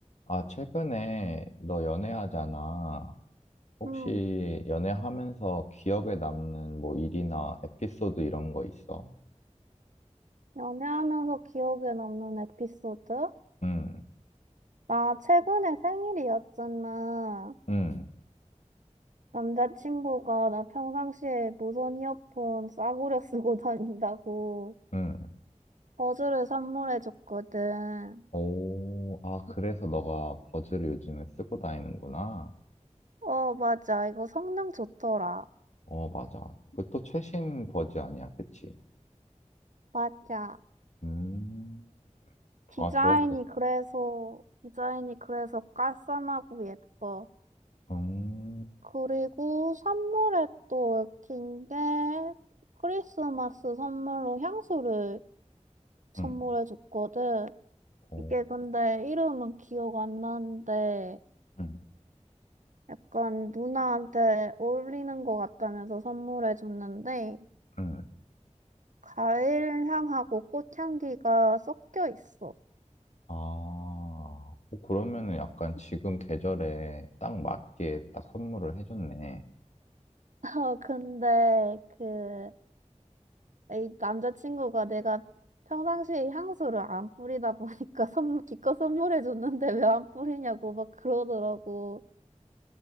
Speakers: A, on the left; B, on the right.
A: 아, 최근에 너 연애하잖아. 혹시
B: 음,
A: 연애하면서 기억에 남는 뭐 일이나 에피소드 이런 거 있어?
B: 연애하면서 기억에 남는 에피소드?
A: 응,
B: 나 최근에 생일이었잖아.
A: 응,
B: 남자친구가 나 평상시에 무선 이어폰 싸구려 쓰고 <laughs> 다닌다고
A: 응.
B: 버즈를 선물해줬거든.
A: 오, 아, 그래서 너가 버즈를 요즘에 쓰고 다니는구나.
B: 어, 맞아. 이거 성능 좋더라.
A: 어, 맞아. 그 또 최신 버즈 아니야, 그치?
B: 맞아.
A: 음,
B: 디자인이
A: 아, 좋았겠다.
B: 그래서, 디자인이 그래서 깔쌈하고 예뻐.
A: 음,
B: 그리고 선물에 또 얽힌 게 크리스마스 선물로 향수를 선물해줬거든.
A: 응, 오,
B: 이게 근데 이름은 기억 안 나는데
A: 응,
B: 약간 누나한테 어울리는 것 같다면서 선물해줬는데
A: 응.
B: 과일 향하고 꽃향기가 섞여 있어.
A: 아, 어, 그러면은 약간 지금 계절에 딱 맞게 딱 선물을 해줬네.
B: <laughs> 어, 근데 그 이 남자친구가 내가 평상시에 향수를 안 뿌리다 보니까 <laughs> 선물 기껏 선물해줬는데 왜 안 뿌리냐고 막 그러더라고.